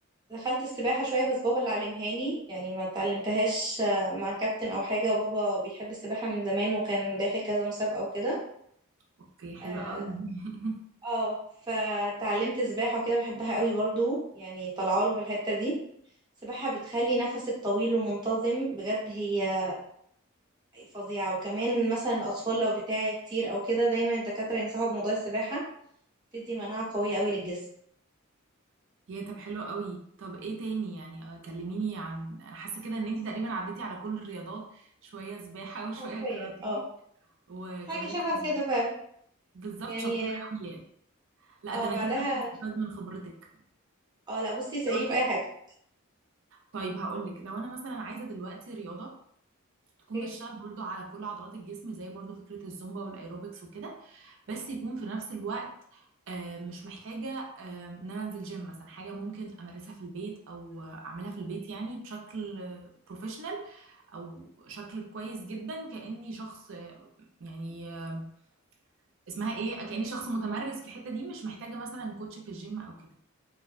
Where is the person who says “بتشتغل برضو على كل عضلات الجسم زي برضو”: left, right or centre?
Right